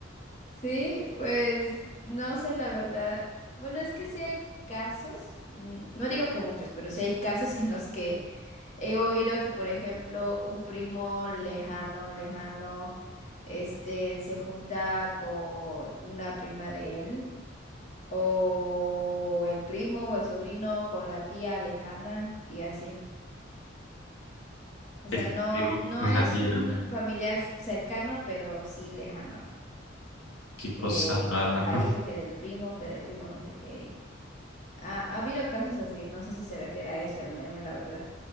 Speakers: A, on the left (about 35°); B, on the left (about 80°).
A: Sí, pues no sé la verdad. Bueno, es que sí hay casos, mm, no digo que muchos, pero sí hay casos <laughs> en los que he oído que, por ejemplo, un primo lejano, lejano, este, se junta con una prima de él. o el primo o el sobrino con la tía lejana y así. O sea,
B: El
A: no,
B: primo
A: no
B: con
A: es
B: la tía,
A: un familiar cercano, pero sí lejano,
B: qué cosa
A: que,
B: rara.
A: que es la hija que del primo, que del primo no sé qué. y- Ha, ha habido casos así, no sé si se refiere a eso el meme, la verdad.